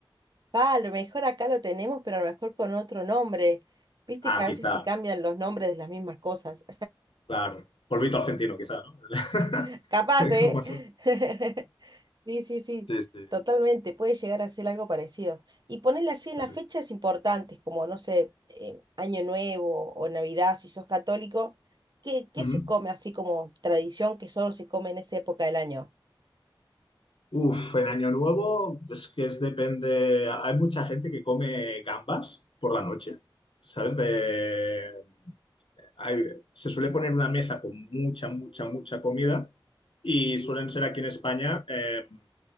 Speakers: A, on the right; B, on the left.
A: Va, a lo mejor acá lo tenemos, pero a lo mejor con otro nombre. Viste
B: Ah,
A: que a
B: quizá,
A: veces se cambian los nombres de las mismas cosas.
B: claro. Polvito argentino, quizá, ¿no? <laughs>
A: <laughs> Capaz, ¿eh?
B: Como eso.
A: <laughs> Sí, sí, sí,
B: Sí, sí.
A: totalmente. Puede llegar a ser algo parecido. Y ponerle así en
B: Fíjate.
A: las fechas importantes, como, no sé, eh, Año Nuevo o Navidad, si sos católico. ¿Qué, qué
B: Ujú.
A: se come así como tradición que solo se come en esa época del año?
B: Uf, el Año Nuevo, pues que es depende. Hay mucha gente que come gambas por la noche, ¿sabes? De, hay- se suele poner una mesa con mucha, mucha, mucha comida y suelen ser aquí en España, eh,